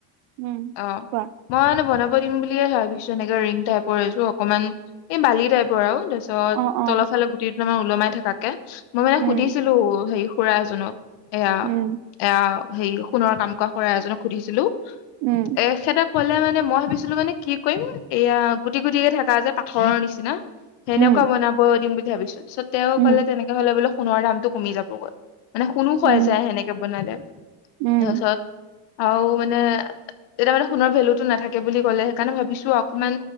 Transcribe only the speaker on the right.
উম
কোৱা
অ অ
উম
উম
উম
উম
উম
উম
উম